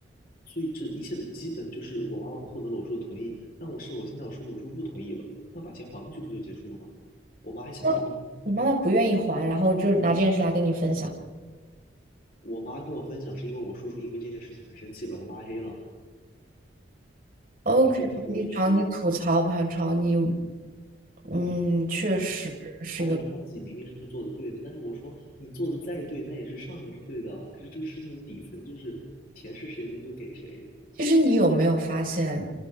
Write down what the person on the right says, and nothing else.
那你妈妈不愿意还，然后就拿这件事来跟你分享。
OK，
你找你吐槽吧，找你，嗯，确实是一个。
其实你有没有发现，